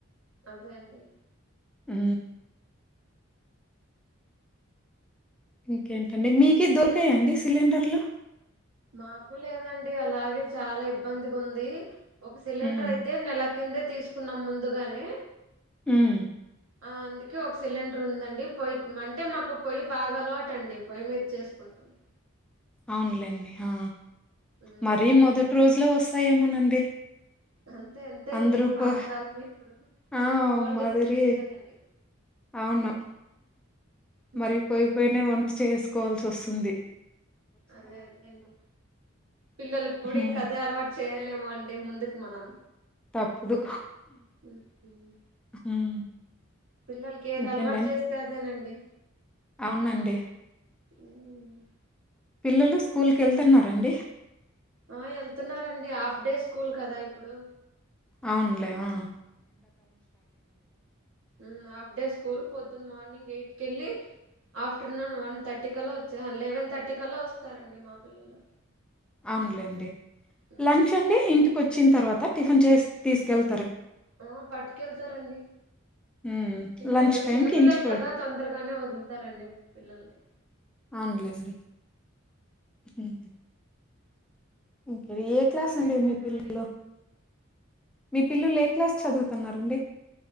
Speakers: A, on the right; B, in the centre.
A: అదే అండి
B: అ ఇంకేంటండి మీకి దొర్ తే అండి సిలిండర్లు
A: మాకూ లేదండి అలాగే చాలా ఇబ్బందిగుంది ఒక సిలిండర్
B: హ్మ్.
A: అయితే నెల కిందే తీసుకున్నాం ముందుగానే
B: ఉం
A: అ అందుకే ఒక సిలిండర్ ఉందండి పొయ్యి అంటే మాకు పొయ్యి బాగాలవాటు అండి పొయ్యి మీద చేసుకుంటాం
B: అవునులేండి ఆ
A: ఉమ్.
B: మరీ మొదటి రోజు ట్లో వస్తాయేమోనండి
A: అంతే అంతే
B: అంద్రూపు
A: అండి పాతకాలమే ఇప్పుడు
B: ఆ
A: ఓల్డ్
B: మాదిరి
A: ఈజ్ బెస్ట్ కదండి
B: అవును
A: హ్మ్.
B: మరి పోయిపోయినే ఉ చేసుకోవాల్సి వస్తుంది
A: అదే అదే అండి పిల్లలకి కూడా
B: హ్మ్.
A: ఇంకా అదే అలవాటు చేయలేమండి ముందుకి మనం
B: తప్పుదు
A: హ్మ్. హ్మ్.
B: ఉం
A: పిల్లలకి ఏది
B: ఇంకేంటని
A: అలవాటు చేస్తే అదేనండి
B: అవునండి
A: హ్మ్.
B: పిల్లలు స్కూల్
A: హ్మ్.
B: కెళ్తున్నారండి
A: ఆ వెళ్తున్నారండి హాఫ్ డే స్కూల్ కదా ఇప్పుడు
B: అవునులే అ
A: ఉం హఫ్ డే స్కూల్ పొద్దున్న మార్నింగ్ ఎయిట్ కెళ్ళి ఆఫ్టర్నూన్ వన్ థర్టీ కలా వచ్చా లెవెన్ థర్టీ కలా వస్తారండి మా పిల్లలు
B: అవునులేండి
A: హ్మ్.
B: లంచ్ అండి ఇంటికి వ చ్చిన తర్వాత టిఫిన్ చేసి తీసుకెళ్
A: ఆ పట్టుకెళ్తారండి
B: హ్మ్.
A: చిన్న
B: లంచ్ టైమ్‌కి
A: చిన్న పిల్లలు
B: ఇంటికొ
A: కదా తొందరగానే వదు లుతారండి పిల్లల్ని
B: అవున్ లేండి ఉహు ఉ ఏ క్లాస్
A: ఇంకేంటండి
B: అండి మీ పిల్లలు
A: మరి
B: మీ పిల్లలు ఏ క్లాస్ చదువుతున్నారండి